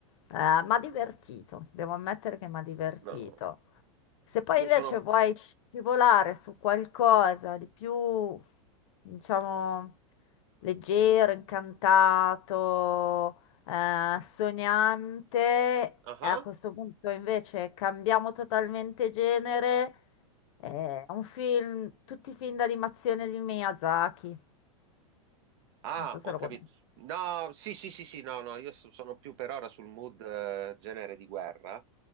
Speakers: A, on the left; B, on the right.
A: eh, mi ha divertito, devo ammettere che mi ha divertito.
B: No,
A: Se poi
B: io
A: invece
B: sono...
A: vuoi scivolare su qualcosa di più, diciamo, leggero, incantato, eh, sognante,
B: Ah? ah.
A: a questo punto invece cambiamo totalmente genere. È un film, tutti i film d'animazione di Miyazaki.
B: Ah,
A: Non so se
B: ho
A: lo
B: capito.
A: conosci.
B: No, sì, sì, sì, sì, no, no, io so- sono più per ora sul mood eh, genere di guerra.